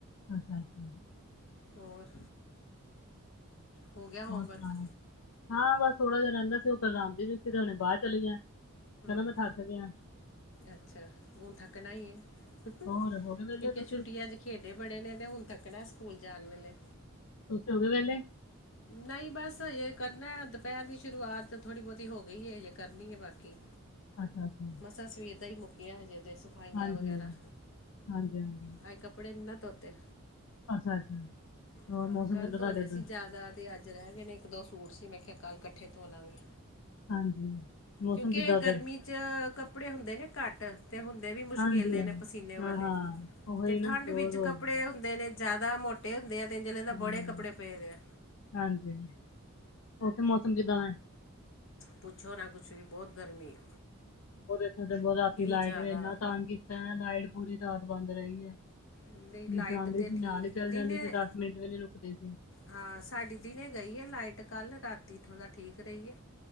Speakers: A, on the left (about 80°); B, on the left (about 60°).
A: ਅੱਛਾ ਅੱਛਾ।
B: ਹੋਰ ਹੋ ਗਿਆ ਹੋਮਵਰਕ?
A: ਹੋਰ ਸੁਣਾਓ ਹਾਂ ਬਸ ਥੋੜਾ ਜਾ ਰਹਿੰਦਾ ਸੀ ਓ ਕਰਵਾਂਦੀ ਵੀ ਸੀ, ਤੇ ਹੁਣੇ ਬਾਰ ਚਲੇ ਗਿਆ, ਕਹਿੰਦਾ
B: ਹੂੰ
A: ਮੈਂ ਥੱਕ ਗਿਆ।
B: ਅੱਛਾ, ਹੁਣ ਥੱਕਣਾ ਈ ਏ। ਕਿਉਂਕਿ
A: ਹੋਰ ਹੋ ਗਏ ਵਿਹਲੇ ਤੁਸੀਂ
B: ਛੁੱਟੀਆਂ ਚ ਖੇਡੇ ਬੜੇ ਨੇ ਅਤੇ ਹੁਣ ਤੱਕ ਨਾ ਸਕੂਲ ਜਾਣ ਵੇਲੇ।
A: ਤੁਸੀ ਹੋਗੇ ਵੇਲੇ।
B: ਨਹੀਂ ਬਸ ਹਜੇ ਕਰਨਾ ਦੁਪਹਿਰ ਦੀ ਸ਼ੁਰੂਆਤ ਥੋੜ੍ਹੀ ਬਹੁਤੀ ਹੋ ਗਈ ਹੈ ਹਜੇ ਕਰਨੀ ਹੈ ਬਾਕੀ।
A: ਅੱਛਾ-ਅੱਛਾ।
B: ਮਸਾਂ ਸਵੇਰ ਦਾ ਹੀ ਮੁੱਕਿਆ ਹਜੇ ਤੇ, ਸਫਾਈਆਂ
A: ਹਾਂਜੀ
B: ਵਗੈਰਾ।
A: ਹਾਂਜੀ ਹਾਂਜੀ
B: ਮੈਂ ਕ ਕੱਪੜੇ ਨੀ ਨਾ ਧੋਤੇ,
A: ਅੱਛਾ-ਅੱਛਾ, ਹੋਰ
B: ਹਾਂ
A: ਮੌਸਮ
B: ਕੱਲ
A: ਕਿੱਦਾਂ
B: ਧੋ
A: ਤੁਹਾਡੇ
B: ਲੇ
A: ਉੱਧਰ?
B: ਸੀ ਜਾਦਾ। ਤੇ ਅੱਜ ਰਹਿ ਗਏ ਨੇ, ਇੱਕ ਦੋ ਸੂਟ ਸੀ ਮੈਂ ਕਿਹਾ ਕੱਲ ਕੱਠੇ ਧੋ ਲਾਂਗੀ।
A: ਹਾਂਜੀ, ਮੌਸਮ
B: ਕਿਉਂਕਿ
A: ਕਿੱਦਾਂ
B: ਐ
A: ਉੱਧਰ?
B: ਗਰਮੀ ਚ ਕੱਪੜੇ ਹੁੰਦੇ ਨੇ ਘੱਟ। ਤੇ ਹੁੰਦੇ ਵੀ ਮੁਸ਼ਕਿਲੇ
A: ਹਾਂਜੀ,
B: ਨੇ ਪਸੀਨੇ
A: ਹਾਂ-ਹਾਂ,
B: ਵਾਲੇ,
A: ਉਹੀ
B: ਤੇ
A: ਨਾ
B: ਠੰਡ
A: ਰੋਜ਼
B: ਵਿੱਚ
A: ਹੋ
B: ਕੱਪੜੇ
A: ਜਾਂਦਾ।
B: ਹੁੰਦੇ ਨੇ ਜਾਦਾ ਮੋਟੇ ਹੁੰਦੇ ਆ, ਤੇ ਜੇ ਲਗਦਾ
A: ਹੂੰ,
B: ਬੜੇ ਕੱਪੜੇ ਪਏ ਦੇ ਆ।
A: ਹਾਂਜੀ, ਉੱਥੇ ਮੌਸਮ ਕਿੱਦਾਂ ਦਾ?
B: ਪੁੱਛੋ ਨਾ ਕੁਛ ਵੀ ਬਹੁਤ ਗਰਮੀ ਹੈ।
A: ਹੋਰ ਇਥੇ ਤੇ ਬਹੁਤ ਰਾਤੀ ਲਾਈਟ
B: ਜ਼ਿਆਦਾ
A: ਨੇ ਇੰਨਾ ਤੰਗ ਕੀਤਾ ਹੈ ਲਾਈਟ ਪੂਰੀ ਰਾਤ ਬੰਦ ਰਹੀ ਹੈ। ਤੁਸੀਂ
B: ਨਹੀਂ ਲਾਈਟ
A: ਜਾਣਦੇ
B: ਤੇ
A: ਸੀ ਨਾਲ
B: ਠੀਕ
A: ਹੀ ਚਲੇ
B: ਦਿਨੇ
A: ਜਾਂਦੇ, ਜੇ ਦਸ ਮਿੰਟ ਵੀ ਨੀ ਰੁਕਦੇ ਸੀ।
B: ਹਾਂ ਸਾਡੀ ਦਿਨੇ ਗਈ ਏ ਲਾਈਟ। ਕੱਲ ਰਾਤੀ ਥੋੜਾ ਠੀਕ ਰਹੀ ਏ।